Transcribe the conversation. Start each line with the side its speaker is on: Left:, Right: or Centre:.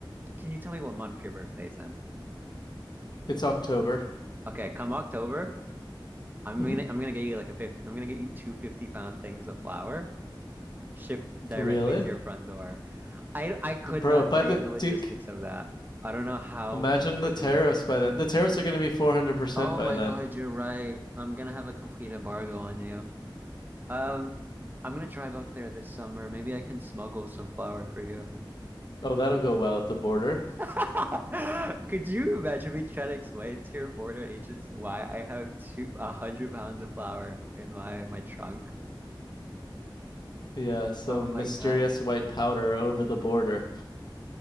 Right: can you tell me what month your birthday's in?
Left: It's October.
Right: Okay, come October, I'm
Left: hmm
Right: gonna I'm gonna get you like a fifth. I'm gonna get you two fifty pound things of flour shipped directly
Left: Really?
Right: to your front door. I I could
Left: The- Bro,
Right: not
Left: by
Right: tell
Left: the
Right: you the logistics
Left: Duke,
Right: of that. I don't know how
Left: imagine
Right: your poor
Left: the tariffs
Right: delivery
Left: by
Right: person.
Left: then. The tariffs are going to be 400%
Right: Oh
Left: by
Right: my
Left: then.
Right: God, you're right. I'm gonna have a complete embargo on you. Um, I'm gonna drive up there this summer. Maybe I can smuggle some flour for you.
Left: Oh, that'll go well at the border.
Right: <laughs> Could you imagine me trying to explain to your border agents why I have two a hundred pounds of flour in my my trunk?
Left: Yeah, some
Right: Oh my
Left: mysterious
Right: God.
Left: white powder over the border